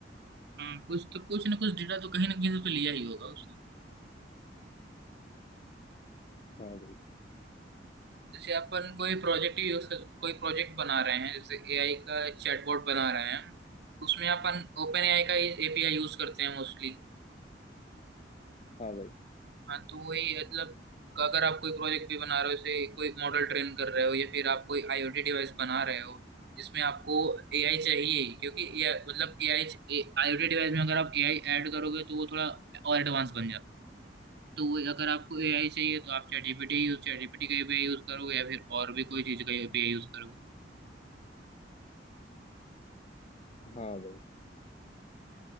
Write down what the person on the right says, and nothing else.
हाँ कुछ तो कुछ ना कुछ डेटा तो कहीं ना कहीं से तो लिया ही होगा उसने
जैसे अपन कोई प्रोजेक्ट यूज कोई प्रोजेक्ट बना रहे हैं जैसे एआई का चैटबॉट बना रहे हैं उसमें अपन ओपन एआई का एपीआई यूज करते हैं मोस्टली
हाँ तो वही मतलब अगर आप कोई प्रोजेक्ट भी बना रहे हो जैसे कोई मॉडल ट्रेन कर रहे हो या फिर आप कोई आईओटी डिवाइस बना रहे हो जिसमें आपको एआई चाहिए क्योंकि AI मतलब एआई आईओटी डिवाइस में अगर आप एआई ऐड करोगे तो वो थोड़ा और एडवांस बन जाता है तो वही अगर आपको एआई चाहिए तो आप चैट जीपीटी यूज चैट जीपीटी का एपीआई यूज करोगे या फिर और भी कोई चीज का एपीआई यूज करोगे